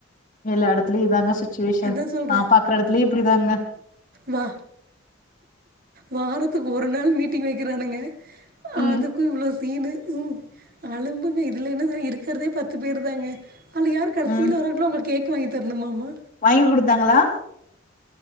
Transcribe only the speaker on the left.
எல்லா இடத்துலயு இதாங்க சுச்சுவேஷன்
நா பாக்குற எடத்துலயு இப்டிதாங்க
ம்
ம்
வாங்கி குடுத்தாங்களா